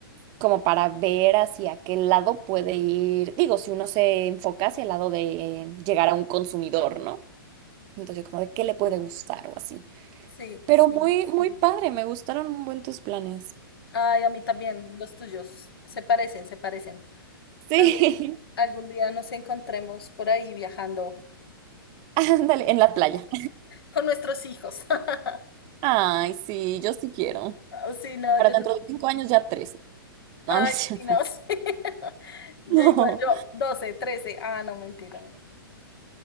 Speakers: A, on the right; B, on the left.
A: como para ver hacia qué lado puede ir, digo, si uno se enfoca hacia el lado de llegar a un consumidor, ¿no? Entonces, como de qué le puede gustar o así.
B: sí,
A: Pero
B: sí.
A: muy, muy padre, me gustaron un buen tus planes.
B: Ay, a mí también, los tuyos se parecen, se parecen.
A: Sí,
B: Tal vez algún día nos encontremos por ahí viajando
A: <laughs> ándale, en la playa.
B: con nuestros hijos. <laughs>
A: Ay, sí, yo sí quiero.
B: Ah, Sí, no,
A: Para
B: yo
A: dentro
B: también.
A: de cinco años ya tres. No,
B: Ay,
A: no es cierto.
B: sí, no,
A: <laughs>
B: <laughs> Yo
A: No,
B: igual, yo 12, 13. Ah, no, mentira.